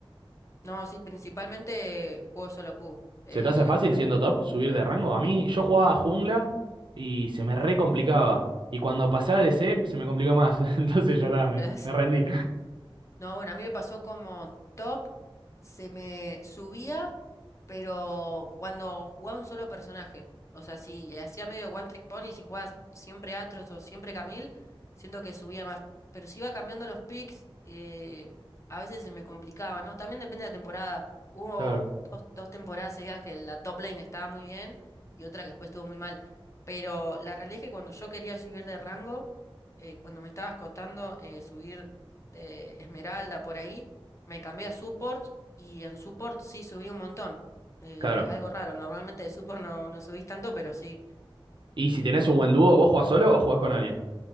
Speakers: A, on the left; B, on the right.
A: No, sí, principalmente juego solo Q. Eh,
B: ¿Se te hace fácil siendo top subir de rango? A mí, yo jugaba jungla y se me re complicaba. Y cuando pasé a DC se me complicó más. <laughs> Entonces ya está, me,
A: <laughs> las-
B: me rendí.
A: No, bueno, a mí me pasó como top, se me subía, pero cuando jugaba un solo personaje. O sea, si hacía medio One Trick Pony, si jugabas siempre Atros o siempre Camille, siento que subía más. Pero si iba cambiando los picks, eh, a veces se me complicaba, ¿no? También depende de la temporada. Hubo
B: Claro.
A: dos, dos temporadas seguidas que la top lane estaba muy bien y otra que después estuvo muy mal. Pero la realidad es que cuando yo quería subir de rango, eh, cuando me estaba escotando, eh, subir de Esmeralda por ahí, me cambié a support y en support sí subí un montón. Eh,
B: Claro.
A: algo raro, normalmente de support no, no subís tanto, pero sí.
B: Y si tenés un buen dúo, ¿vos jugás solo o jugás con alguien?